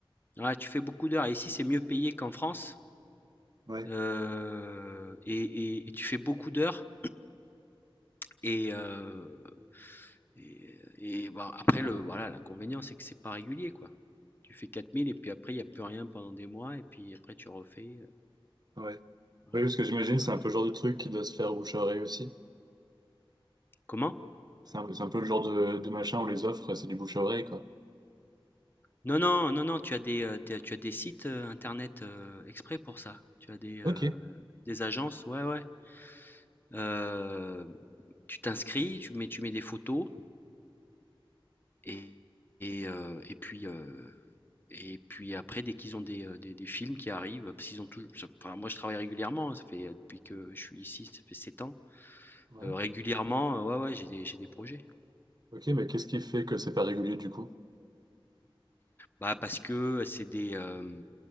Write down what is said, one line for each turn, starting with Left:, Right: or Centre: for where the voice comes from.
Left: Ouais, tu fais beaucoup d'heures. Et ici, c'est mieux payé qu'en France.
Right: Ouais,
Left: Euh, et, et- et tu fais beaucoup d'heures. Et, euh, et, et, bah, après, le, voilà, l'inconvénient, c'est que c'est pas régulier, quoi. Tu fais 4000 et puis après, il n'y a plus rien pendant des mois. Et puis après, tu refais. euh,
Right: ouais.
Left: voilà.
Right: Oui, parce que j'imagine c'est
Left: Ouais.
Right: un peu le genre de truc qui doit se faire bouche à oreille aussi.
Left: Comment?
Right: C'est un, c'est un peu le genre de, de machin où les offres, c'est du bouche à oreille, quoi.
Left: Non, non, non, non, tu as des, euh, t'as- tu as des sites euh, internet euh, exprès pour ça. Tu as des,
Right: Ok,
Left: euh, des agences, ouais, ouais. Euh, tu t'inscris, tu mets, tu mets des photos et, et, euh, et puis euh, et puis après dès qu'ils ont des, euh, des, des films qui arrivent, parce qu'ils ont tout. enfin, moi je travaille régulièrement, ça fait depuis que je suis ici, ça fait 7 ans.
Right: ouais.
Left: Euh, régulièrement, euh, ouais ouais, j'ai des j'ai des projets.
Right: Ok, mais qu'est-ce qui fait que c'est pas régulier du coup?
Left: Bah parce que c'est des euh,